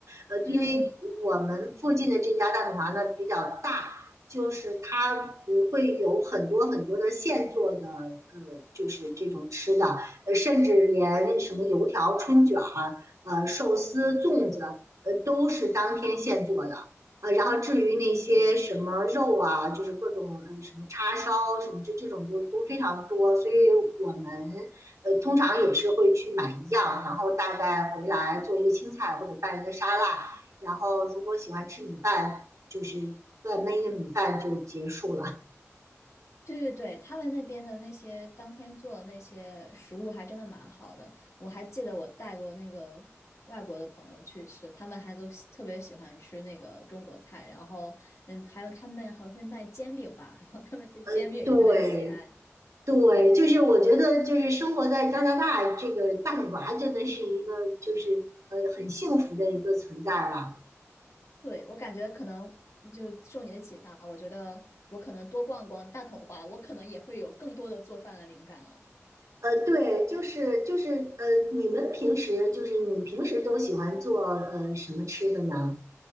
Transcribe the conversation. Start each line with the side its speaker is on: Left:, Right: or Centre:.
Right: 呃，
Left: 嗯，
Right: 因为我们附近的这家大统华呢比较大，就是它呃会有很多很多的现做的呃，就是这种吃的，呃，甚至连什么油条、春卷儿。呃寿司、粽子，呃都是当天现做的。呃，然后至于那些什么肉啊，
Left: 对对对。
Right: 就是各种呃什么叉烧什么这这种就都非常多，所以我们呃通常也是会去买一样，然后大概回来做一个青菜或者拌一个沙拉，然后如果喜欢吃米饭，就是再焖一个米饭就结束了。
Left: 对对对，他们那边的那些当天做的那些食物还真的蛮好的，我还记得我带过那个外国的朋友去吃，他们还都喜特别喜欢吃那个中国菜，然后嗯，还有他们还会卖煎饼吧，然后他们对煎饼也是很喜爱。
Right: <laughs> 对，对，就是我觉得就是生活在加拿大这个大女娃真的是一个就是呃很幸福的一个存在了。
Left: 对，我感觉可能就受你的启发，我觉得我可能多逛逛大统华，我可能也会有更多的做饭的灵感了。
Right: 呃，对，就是就是呃，你们平时就是你平时都喜欢做呃什么吃的呢？